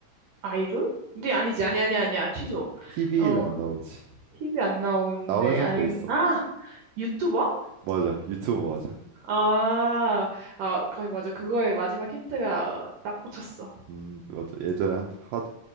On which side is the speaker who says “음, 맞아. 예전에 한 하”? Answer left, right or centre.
Right